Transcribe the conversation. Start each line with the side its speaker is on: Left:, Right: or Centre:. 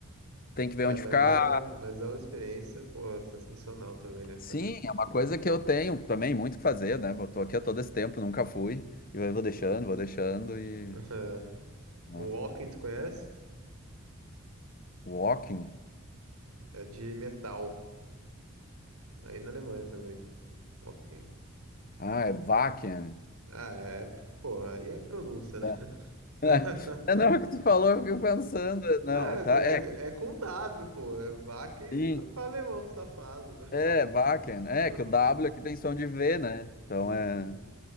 Left: tem que ver
Right: É,
Left: onde
Right: mas
Left: ficar.
Right: é, mas é uma experiência, pô, sensacional também, né,
Left: Sim,
Right: cara?
Left: é uma coisa que eu tenho também muito que fazer, né? Eu tô aqui há todo esse tempo, nunca fui, e eu vou deixando, vou deixando e.
Right: <laughs>
Left: né.
Right: O Walking, tu conhece?
Left: Walking.
Right: É, é de metal. Aí na Alemanha também. Ok.
Left: Ah, é Wacken.
Right: Ah, é. Pô, aí é pronúncia, né?
Left: Tá. <laughs>
Right: <laughs>
Left: É, não, é o que tu falou, eu fiquei pensando. Não,
Right: É,
Left: tá, é,
Right: é, é com W, pô. É vaca e
Left: sim.
Right: pra alemão, safado.
Left: É, Wacken. É,
Right: <laughs>
Left: que o W aqui tem som de V, né? Então
Right: Sim,
Left: é.
Right: sim.